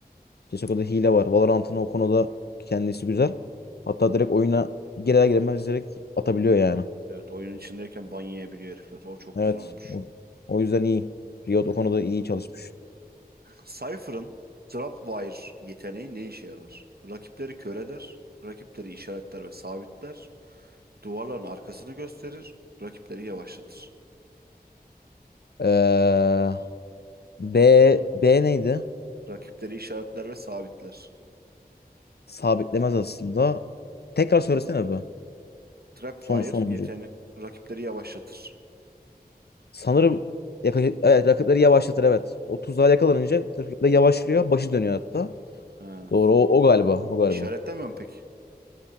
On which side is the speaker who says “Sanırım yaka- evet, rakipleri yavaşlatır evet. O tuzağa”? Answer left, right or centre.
Left